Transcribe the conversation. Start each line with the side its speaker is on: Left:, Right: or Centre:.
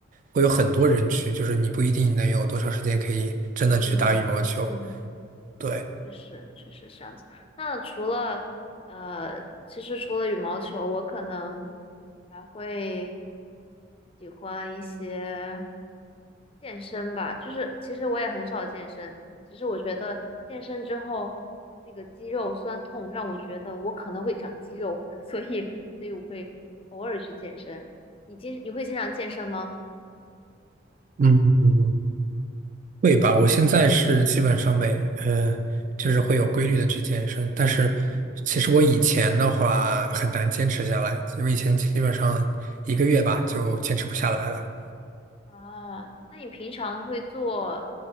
Right: 会有很多人去，就是你不一定能有多长时间可以真的去打羽毛球。
Left: 嗯嗯。
Right: 对。
Left: 确实，确实是这样子。那除了呃，其实除了羽毛球，我可能还会喜欢一些健身吧。就是其实我也很少健身，只是我觉得健身之后那个肌肉酸痛让我觉得我可能会长肌肉，所以所以我会偶尔去健身。你经你会经常健身吗？
Right: 嗯，会吧，我现在是基本上每呃，就是会有规律的去健身，但是其实我以前的话很难坚持下来，我以前基本上一个月吧就坚持不下来了。
Left: 啊，那你平常会做